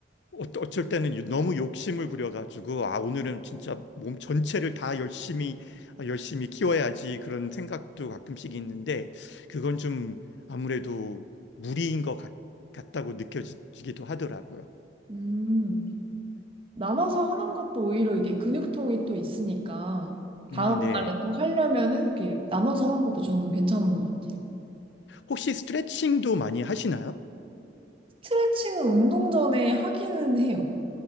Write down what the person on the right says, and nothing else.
음. 나눠서 하는 것도 오히려 이게 근육통이 또 있으니까 다음
날에 또 하려면은 이렇게 나눠서 하는 것도 저는 괜찮은 것 같아요.
스트레칭은 운동 전에 하기는 해요.